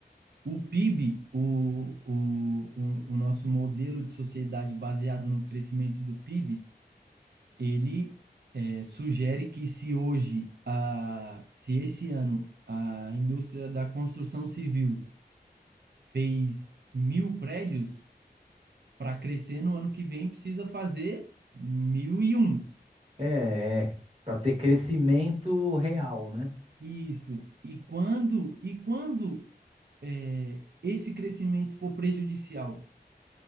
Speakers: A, on the right; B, on the right.
A: O PIB, o, o, o, o nosso modelo de sociedade baseado no crescimento do PIB, ele eh, sugere que se hoje, a, se esse ano a indústria da construção civil fez mil prédios, para crescer no ano que vem precisa fazer mil e um.
B: É, é, para ter crescimento real, né?
A: Isso. E quando, e quando eh, esse crescimento for prejudicial,